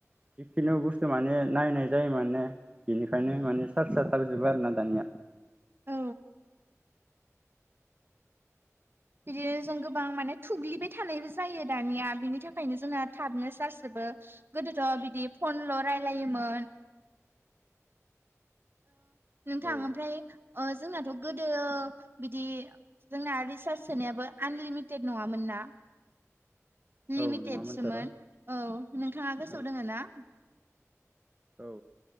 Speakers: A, on the right; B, on the right.
A: जिखिनु बुस्थु माने नायनाय जायो माने बेनिखायनो माने सार्स थाब जोबो आरोना दानिया।
B: औ। बिदिनो जों गोबां माने थुग्लिबाय थानायबो जायो दानिया बिनि थाखायनो जोंना थाबनो सार्स जोब बो, गोदोथ' बिदि फनल' रालायोमोन। नोंथां
A: औ
B: ओमफ्राय ओ जोंनाथ' गोदो बिदि जोंना रिसार्ज सोनायाबो आनलिमिटेड नङामोन ना? लिमिटेडसोमोन।
A: औ औ नङामोनथ' र'
B: औ, नोंथाङा गोसोआव
A: औ
B: दोङो ना?
A: औ।